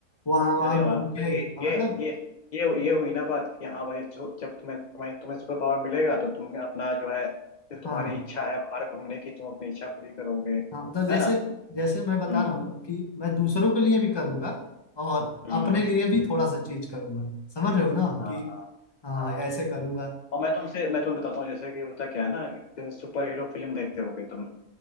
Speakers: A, on the left (about 20°); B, on the left (about 70°).
A: वहाँ वहाँ
B: अरे वाह
A: घूम
B: मतलब
A: के हाँ,
B: ये ये
A: मतलब
B: ये ये ये हुई ना बात कि हाँ भाई जो- जब तुम्हें तुम्हें तुम्हें सुपर पावर मिलेगा तो तुम अपना जो है जो तुम्हारी
A: हाँ
B: इच्छा है बाहर घूमने की तुम अपनी इच्छा पूरी करोगे
A: हाँ तो जैसे
B: है ना
A: जैसे मैं बता
B: हम्म
A: रहा हूँ ना कि मैं दूसरों के लिए भी करूँगा और
B: हम्म,
A: अपने लिए भी थोड़ा सा चीज करूँगा समझ रहे हो ना
B: हाँ
A: कि
B: हाँ
A: हाँ
B: हाँ।
A: ऐसे करूँगा
B: और मैं तुमसे मैं तुम्हें बताता हूँ जैसे कि होता क्या है ना जैसे सुपर हीरो फिल्म देखते होगे तुम लोग,